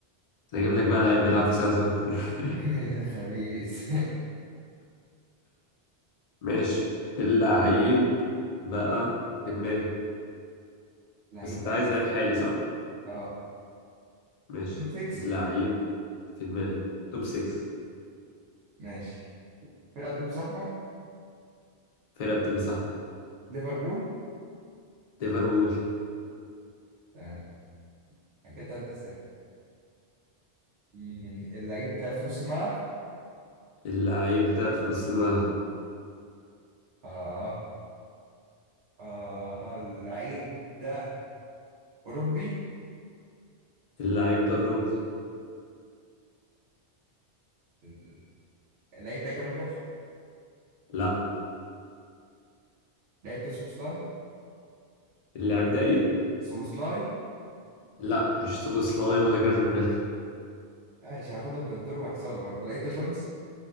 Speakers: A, on the left; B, on the right.
A: أنا اجيب لك بقى لعيب بيلعب في ساوثهامبتون <laughs>
B: <laughs> خبيث
A: ماشي اللعيب بقى في دماغي
B: <laughs> لعيب
A: بس انت
B: بقى
A: عايز لعيب حالي صح؟
B: اه
A: ماشي
B: توب 6
A: اللعيب في دماغي توب 6
B: ماشي فرقه بيلبس احمر
A: فرقة بتلبس احمر
B: ليفربول
A: ليفربول
B: تمام كده تلات اسامي مم، اللعيب ده في نص الملعب
A: اللعيب ده في نص الملعب
B: اه اه اللعيب ده اوروبي
A: اللعيب ده اوروبي
B: ماشي لقيت ده جرافن جريف
A: لا
B: لقيت ده سوبوسلاي
A: اللعيب ده ايه؟
B: سوبوسلاي
A: لا مش سوبوسلاي ولا جرافنبرغ
B: ماشي هاخدهم بالدور وهكسبك برضه لقيت ده شولز